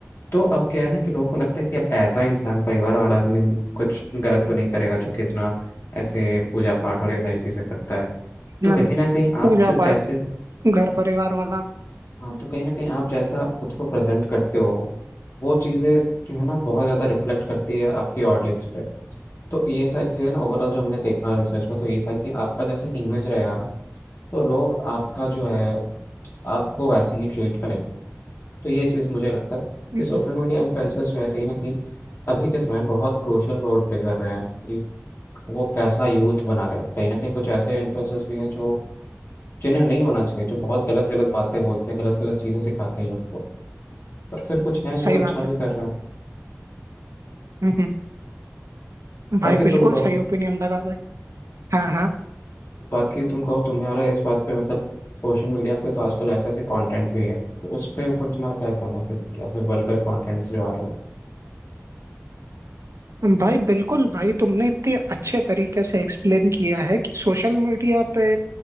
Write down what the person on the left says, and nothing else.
तो अब क्या है ना कि लोगों को लगता है कि अब ऐसा इंसान परिवार वाला आदमी कुछ गलत तो नहीं करेगा जो कि इतना ऐसे पूजा पाठ और ये सारी चीजें करता है तो
कहीं ना कहीं
आप जो जैसे
हाँ तो कहीं ना कहीं आप जैसा खुद को प्रेजेंट करते हो वो चीजें जो है ना बहुत ज्यादा रिफ्लेक्ट करती है आपकी ऑडियंस पे तो ये सारी चीजें ना ओवरऑल जो हमने देखा रिसर्च में तो ये था कि आपका जैसा इमेज रहेगा ना तो लोग आपका जो है आपको वैसे ही ट्रीट करेंगे तो ये चीज़ मुझे लगता है
कि सोशल मीडिया इन्फ्लुएंसर्स जो है कहीं ना कहीं अभी के समय में बहुत क्रूशल रोल प्ले कर रहे हैं कि वो कैसा यूथ बना रहे हैं कहीं ना कहीं कुछ ऐसे इन्फ्लुएंसर्स भी हैं जो जिन्हें नहीं होना चाहिए जो बहुत गलत गलत बातें बोलते हैं गलत गलत चीज़ें सिखाते हैं यूथ को पर फिर कुछ हैं जो
अच्छा
भी
कर रहे हैं
बाकी
तुम कहो
बाकी तुम कहो तुम्हारा इस बात पे मतलब सोशल मीडिया पे तो आजकल ऐसे ऐसे कंटेंट भी है तो उस पे ऊपर तुम्हारा क्या कहना है कि ऐसे वल्गर कंटेंट जो आ रहे हैं